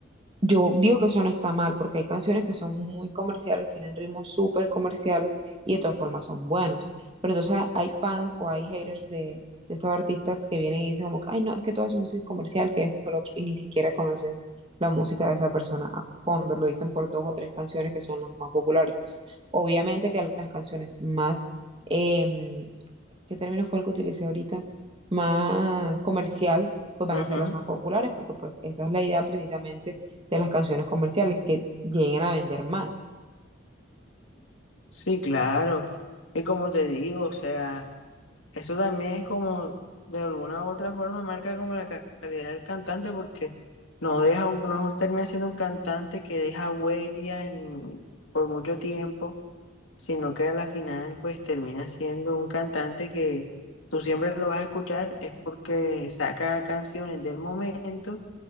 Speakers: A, on the right (about 30°); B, on the left (about 85°).
A: Yo digo que eso no está mal, porque hay canciones que son muy comerciales, tienen ritmos súper comerciales y de todas formas son buenos. Pero entonces hay fans o hay haters de, de estos artistas que vienen y dicen como, que, ay, no, es que toda su música es comercial, que esto, que lo otro, y ni siquiera conocen la música de esa persona a fondo. Lo dicen por dos o tres canciones que son las más populares. Obviamente que las canciones más, em, ¿qué término fue el que utilicé ahorita? Más comercial, pues van
B: Ujú.
A: a ser las más populares, porque pues esa es la idea precisamente de las canciones comerciales, que lleguen a vender más.
B: Sí, claro. Y como te digo, o sea, eso también es como, de alguna u otra forma, marca como la ca- calidad del cantante porque no deja, un, no termina siendo un cantante que deja huella en, por mucho tiempo, sino que a la final, pues termina siendo un cantante que tú siempre lo vas a escuchar, es porque saca canciones del momento